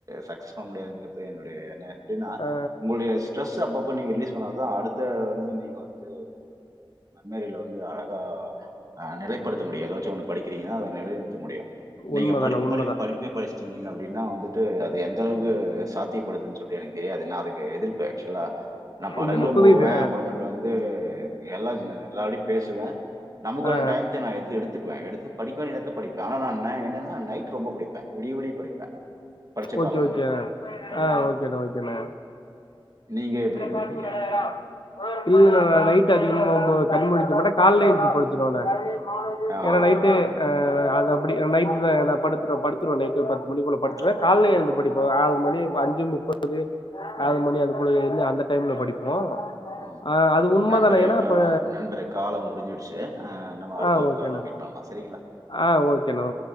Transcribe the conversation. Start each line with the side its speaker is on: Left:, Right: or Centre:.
Right: சக்சஸ் பண்ண முடியாதுங்கிறது என்னுடைய என்ன அப்படின்னா
Left: ஆ
Right: உங்களுடைய ஸ்ட்ரெஸ் அப்பப்ப நீங்க ரிலீஸ் பண்ணா தான் அடுத்த வந்து நீங்க வந்து மாரில வந்து அழகா அ நிலைப்படுத்த முடியும் ஏதாச்சும் ஒண்ணு படிக்கிறீங்கன்னா அதை நிலைநிறுத்த முடியும் நீங்க
Left: உண்மதாண்ணா
Right: படிப்பு
Left: உண்மதா
Right: படிப்பு படிப்பே படிச்சட்டு இருந்தீங்க அப்படின்னா வந்துட்டு அது எந்த அளவுக்கு சாத்தியப்படுதுன்னு சொல்லிட்டு எனக்கு தெரியாது என்ன அதுக்கு எதிர்ப்பு ஆக்சுவலா நான் படங்களும்
Left: இல்ல இல்ல புரியுது
Right: போவேன் அப்புறம் மட்டும் வந்து எல்லா எல்லாருடயும் பேசுவேன் நமக்கான
Left: ஆ
Right: டைத்தையும் நான் எது எடுத்து எடுத்து படிக்க வேண்டிய நேரத்தில படிப்பேன் ஆனா என்னன்னா நைட் ரொம்ப படிப்பேன் விடிய விடிய படிச்ச
Left: ஓகே
Right: காலம்
Left: ஓகே
Right: உண்டு. ஆமா,
Left: ஆ
Right: ஆமா.
Left: ஓகேண்ணா ஓகேண்ணா
Right: நீங்க எப்படி படிப்பீங்க?
Left: பார்க்க கூடாது ஏன்னா இல்ல நைட் அதிகமா கண்ணு முழிக்க மாட்டேன் காலைல எழுந்திருச்சு படுச்சிருவேன் நானு
Right: ஆ
Left: ஏன்னா
Right: ஓகே,
Left: நைட்டு
Right: ஓகே.
Left: அது அப்படி நைட்ல படுத்து படுத்துருவேன் நைட்டு மணி போல படுத்துருவேன்
Right: ஆமா.
Left: காலைல எழுந்து படிப்பேன் ஆறு மணி அஞ்சு முப்பது து
Right: ம்.
Left: ஆறு மணி அதுபோல எழுந்து அந்த டைம்ல
Right: ஓகே
Left: படிப்போம்
Right: ம்
Left: ஆஹ் அது உண்மைதானே
Right: நன்றி
Left: ஏன்னா இப்ப
Right: நன்றி காலம் முடிஞ்சிடுச்சு அ நாம அடுத்த
Left: ஆஹ்
Right: ஒரு
Left: ஓகேண்ணா
Right: காலுல மீட் பண்ணலாம் செரிங்களா
Left: ஆஹ் ஓகேண்ணா